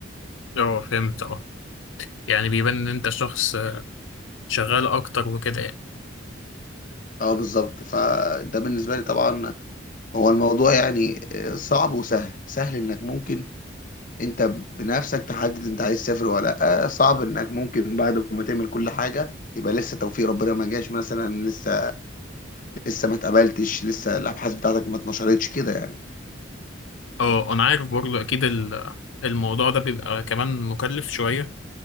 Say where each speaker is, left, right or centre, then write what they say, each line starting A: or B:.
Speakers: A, on the left; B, on the left.
A: اه فهمت اه يعني بيبان ان انت شخص آه، شغال اكتر وكده يعني
B: أه بالظبط فده بالنسبة لي طبعا هو الموضوع يعني آه، صعب وسهل سهل إنك ممكن أنت بنفسك تحدد أنت عايز تسافر ولا لأ صعب إنك ممكن بعد ما تعمل كل حاجة يبقى لسه توفيق ربنا ما جاش مثلا لسه لسه ما اتقبلتش لسه الابحاث بتاعتك ما اتنشرتش كده يعني
A: اه انا عارف برضو اكيد ال- الموضوع ده بيبقى كمان مكلف شوية